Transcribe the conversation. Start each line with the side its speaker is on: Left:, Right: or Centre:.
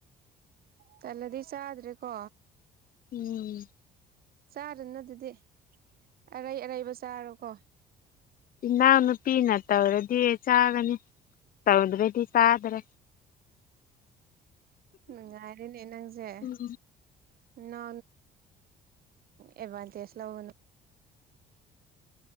Right: ꯀꯂꯗꯁ ꯑꯗꯨ꯭ꯔꯦ ꯀꯣ
Left: ꯎꯝ
Right: ꯆꯥꯔꯅ ꯑꯗꯨꯗꯤ ꯑꯔꯩ ꯑꯔꯩꯕ ꯆꯥꯔꯣꯀꯣ
Left: ꯏꯅꯥꯎ ꯅꯨꯄꯤꯅ ꯇꯧꯔꯗꯤ ꯆꯥꯒꯅꯤ ꯇꯧꯗ꯭ꯔꯗꯤ ꯆꯥꯗ꯭ꯔꯦ
Right: ꯅꯨꯡꯉꯥꯏꯔꯦꯅꯦ ꯅꯪꯁꯦ
Left: ꯎꯝ
Right: ꯅ ꯑꯦꯚꯟꯁꯁ ꯂꯒꯅ